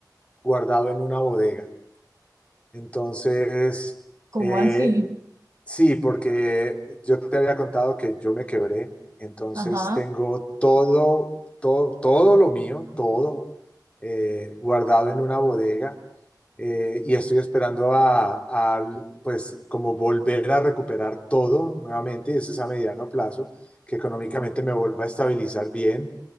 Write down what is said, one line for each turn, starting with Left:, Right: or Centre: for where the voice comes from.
Left: guardado en una bodega. Entonces,
Right: ¿Cómo
Left: eh,
Right: así?
Left: sí, porque yo te había contado que yo me quebré, entonces
Right: Ajá.
Left: tengo todo, todo, todo lo mío, todo eh, guardado en una bodega eh, y estoy esperando a, a, pues, como volver a recuperar todo nuevamente, y eso es a mediano plazo, que económicamente me vuelva a estabilizar bien